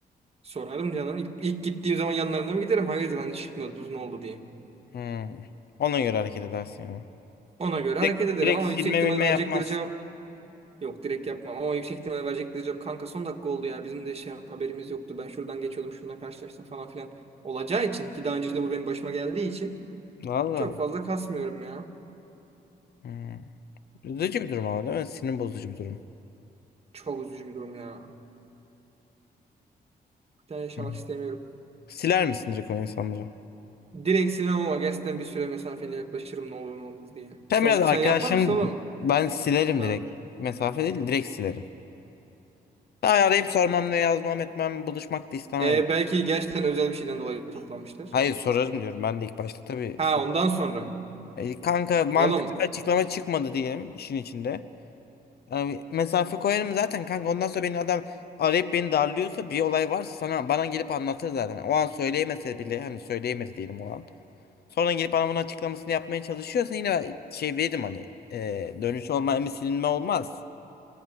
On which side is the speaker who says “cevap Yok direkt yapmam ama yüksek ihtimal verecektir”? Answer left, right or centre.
Right